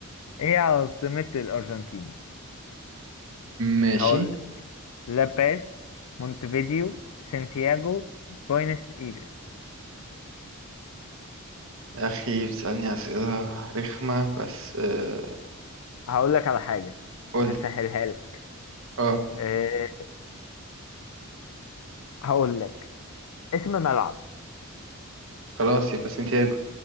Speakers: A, on the left; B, on the right.
A: ايه عاصمة الارجنتين
B: ماشي
A: هقول لاباز مونتفيديو سانتياغو بوينس ايرس
B: يا أخي بتسألني أسئلة رخمة بس آه،
A: هقول لك على حاجة
B: قولي
A: هسهلها لك
B: اه
A: إيه هقول لك اسم ملعب
B: خلاص يبقى سنتياجو